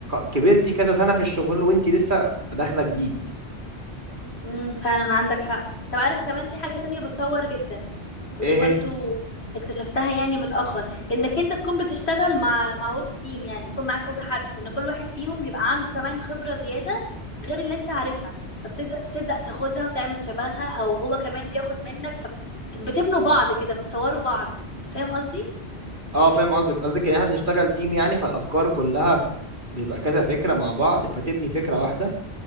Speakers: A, on the right; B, on the left.
A: كبرتي كذا سنه في الشغل وانت لسه داخله جديد
B: امم فعلا عندك حق طب عارف كمان في حاجة تانية بتطور جدا ودي
A: ايه
B: برضو
A: هي
B: اكتشفتها يعني متأخر انك انت تكون بتشتغل مع مع ورك تيم يعني يكون معاك كذا حد ان كل واحد فيهم بيبقى عنده كمان خبرة زيادة غير اللي انت عارفها فبتبدأ تبدأ تاخدها وتعمل شبهها او هو كمان بياخد منك فبتبنوا بعض كده بتطوروا بعض فاهم قصدي؟
A: اه فاهم قصدك قصدك ان احنا بنشتغل تيم يعني فالافكار كلها بيبقى كذا فكره مع بعض فتبني فكره واحده